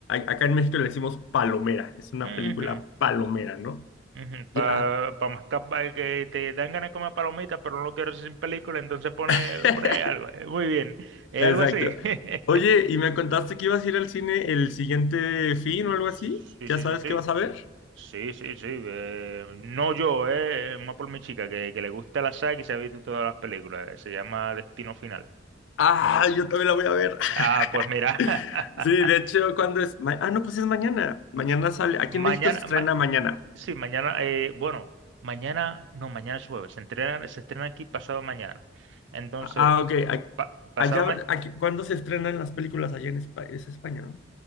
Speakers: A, on the left; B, on the right.
A: acá en México le decimos palomera, es una
B: ujú,
A: película palomera, ¿no?
B: ujú". Pa,
A: Ya.
B: pa mascar- pa que te dan ganas de comer palomitas, pero no lo quieres sin película, entonces pone,
A: <laughs>
B: pone algo. eh, Muy bien. Es
A: Exacto.
B: algo así. <laughs>
A: Oye, ¿y me contaste que ibas a ir al cine el siguiente fin o algo
B: Sí,
A: así? ¿Ya
B: sí,
A: sabes
B: sí, sí.
A: qué vas a ver?
B: Sí, sí, sí. eh, no yo, eh, es más por mi chica, que, que le gusta la saga y se ha visto todas las películas. eh, se llama Destino Final.
A: Ah,
B: No sé.
A: yo también la voy a ver.
B: Ah, pues mira.
A: <laughs>
B: <laughs>
A: Sí, de hecho, ¿cuándo es? Ma- ah, no, pues es mañana. Mañana sale. Aquí
B: Mañana,
A: en México se estrena
B: ma-
A: mañana.
B: sí, mañana, eh, bueno, mañana, no, mañana es jueves. Se entrena- se estrena aquí pasado mañana. Entonces,
A: Ah, ah, ok. a-
B: pa- pasado
A: Allá,
B: mañana.
A: aquí, ¿cuándo se estrenan las películas allá en España? Es España, ¿no?